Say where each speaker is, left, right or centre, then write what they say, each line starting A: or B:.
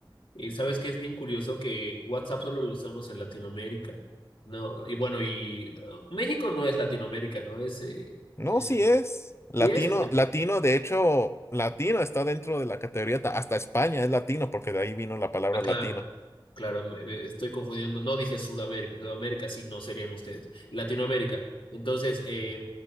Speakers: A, on the left; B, on the left.
A: Y sabes que es bien curioso que WhatsApp solo lo usamos en Latinoamérica. No, y bueno, y uh, México no es Latinoamérica, ¿no? Es, eh,
B: No,
A: eh,
B: sí es. Latino,
A: sí es, bueno.
B: latino, de hecho, latino está dentro de la categoría, ta- hasta España es latino, porque de ahí vino la palabra
A: Ah,
B: latino.
A: claro, claro, me- me estoy confundiendo. No dije Sudamérica, Sudamérica sí no serían ustedes. Latinoamérica. Entonces, eh,